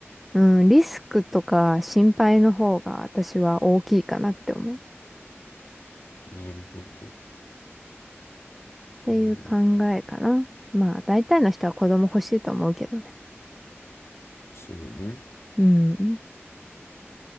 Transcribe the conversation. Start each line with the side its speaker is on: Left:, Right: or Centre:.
Centre: うん、リスクとか心配の方が私は大きいかなって思う。っ
Left: なるほど。
Centre: ていう考えかな。
Left: うん、
Centre: まあ、大体の人は子供欲しいと思うけどね。
Left: そうだね。
Centre: うん。い